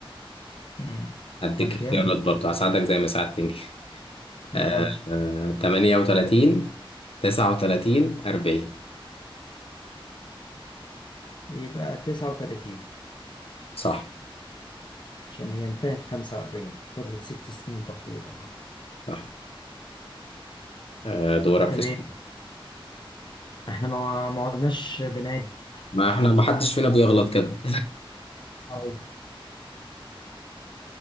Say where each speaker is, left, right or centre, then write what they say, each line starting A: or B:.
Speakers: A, on the left; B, on the left.
A: مم.
B: هديك
A: أمال
B: اختيارات
A: كام؟
B: برضو هساعدك زي ما ساعدتني
A: ماشي
B: آه آه 38 39 40
A: يبقى 39
B: صح
A: عشان هي انتهت 45 فضلت ست سنين تقريبا اه
B: صح آه دورك
A: تمام
B: في السؤال
A: احنا ما ما عدناش بنعد
B: ما احنا ما حدش فينا بيغلط كده
A: <laughs> طيب.